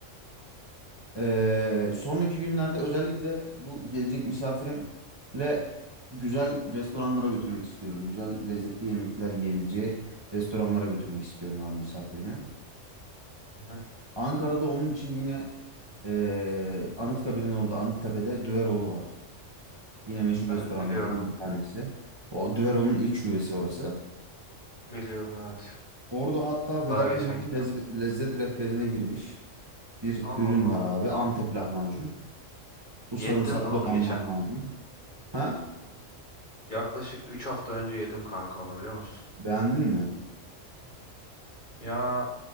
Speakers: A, on the right; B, on the left.
A: Ee, sonraki günlerde özellikle bu gelecek misafirimle güzel restoranlara götürmek istiyorum. Güzel lezzetli yemekler yiyebileceği restoranlara götürmek istiyorum abi misafirimi.
B: Hı hı.
A: Ankara'da onun için yine ee, Anıtkabir'in orada Anıttepe'de Düveroğlu var. Yine meşhur restoranlardan
B: Evet biliyorum.
A: bir tanesi. O Düveroğlu'nun ilk şubesi orası.
B: Biliyorum evet.
A: Orada hatta Vedat
B: Daha geçen
A: Milor'un
B: gittim.
A: lez- lezzet rehberine girmiş bir
B: Allah
A: ürün
B: Allah.
A: var abi. Antep lahmacun. Bu
B: Yedim
A: sarımsaklı
B: lan onu
A: olan
B: geçen.
A: lahmacun. Ha?
B: Yaklaşık 3 hafta önce yedim kanka onu biliyor musun?
A: Beğendin mi?
B: Ya